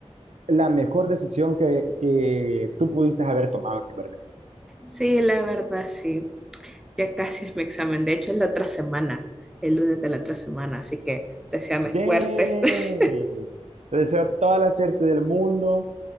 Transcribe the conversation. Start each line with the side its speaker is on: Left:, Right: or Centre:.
Right: la mejor decisión que, que tú pudiste haber tomado, Kimberly.
Centre: Sí, la verdad, sí. Ya casi es mi examen. De hecho, es la otra semana, el lunes de la otra semana, así que deséame
Right: ¡Yay!
Centre: suerte. <laughs>
Right: Te deseo toda la suerte del mundo.